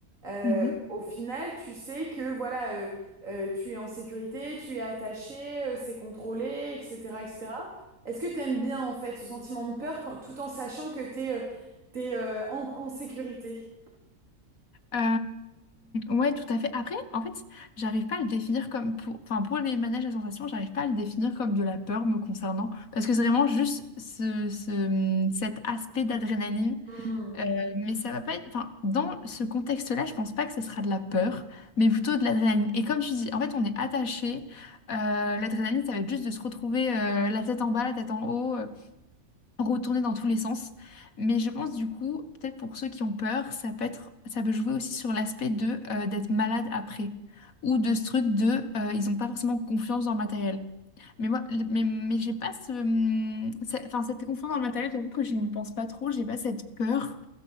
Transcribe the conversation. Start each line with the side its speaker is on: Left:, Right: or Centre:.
Right: Euh,
Left: Mhm.
Right: au final, tu sais que voilà, euh, euh, tu es en sécurité, tu es attaché, euh, c'est contrôlé, etc., etc. Est-ce que tu aimes bien en fait ce sentiment de peur quand, tout en sachant que tu es, t'es, euh, t'es, euh, en, en sécurité?
Left: Euh, ouais, tout à fait. Après, en fait, j'arrive pas à le définir comme pour, enfin, pour les manèges à sensations, j'arrive pas à le définir comme de la peur me concernant, parce que c'est vraiment juste ce, ce- cet aspect d'adrénaline.
Right: Hmm.
Left: Euh, mais ça va pas être, enfin, dans ce contexte-là, je pense pas que ce sera de la peur, mais plutôt de l'adrénaline. Et comme tu dis, en fait, on est attaché. Euh, l'adrénaline, ça va être juste de se retrouver euh, la tête en bas, la tête en haut. euh, retourner dans tous les sens. Mais je pense du coup, peut-être pour ceux qui ont peur, ça peut être, ça peut jouer aussi sur l'aspect de euh, d'être malade après ou de ce truc de euh, ils n'ont pas forcément confiance dans le matériel. Mais moi, le- mais, mais j'ai pas ce, hum, c'est- enfin cette confiance dans le matériel, j'avoue que je n'y pense pas trop, j'ai pas cette peur.